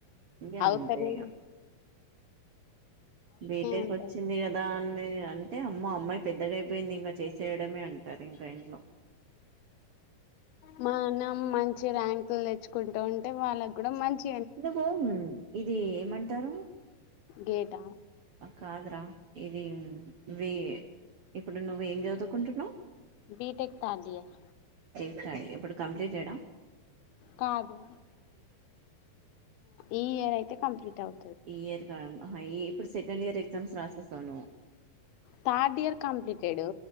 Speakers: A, on the right; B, on the left.
A: ఇంక
B: ఆగుతలే
A: అంతే ఇగ బీటెక్
B: ఉంటాయి
A: వచ్చింది కదా అన్నే అంటే అమ్మో అమ్మాయి పెద్దగాయిపోయింది ఇంకా చేసేయడమే అంటారు ఇంకా ఆయనా
B: మనం మం మంచి ర్యాంకులు తెచ్చుకుంటు ఉంటే వాళ్ళకు కూడా మంచి
A: ఇదిగో ఇది ఏమంటారు
B: గేట్ ఆ
A: కాదురా ఇది వి ఇప్పుడు నువ్వ ఏం చదువుకుంటున్నావు
B: బీటెక్ థర్డ్ ఇయర్
A: సరే ఇప్పుడు కంప్లీట్ చేయడం
B: కాదు ఈ ఇయర్ అయితే కంప్లీట్ అవు
A: ఈ ఇయర్ ఆహా ఇప్పుడు సెకండ్ ఇయర్ ఎగ్జామ్స్ రాసేసాను
B: థర్డ్ ఇయర్ కంప్లీటెడు